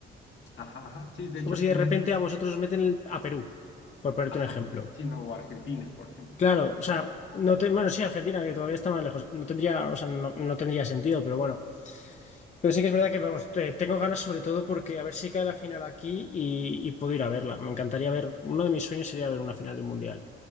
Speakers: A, on the left; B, on the left.
A: Ajá, ajá. Sí, de
B: Es
A: hecho
B: como si
A: aquí
B: de repente
A: es,
B: a vosotros os meten el- a Perú, por ponerte
A: ajá,
B: un ejemplo.
A: sí, no, o Argentina, por ejemplo,
B: Claro,
A: que esta estaba
B: o sea, no te, bueno, sí, Argentina, que todavía está más lejos, no tendría, o sea, no, no tendría sentido, pero bueno, Pero sí que es verdad que, vamos, te- tengo ganas sobre todo porque a ver si cae la final aquí y, y puedo ir a verla. Me encantaría ver, uno de mis sueños sería ver una final de un mundial,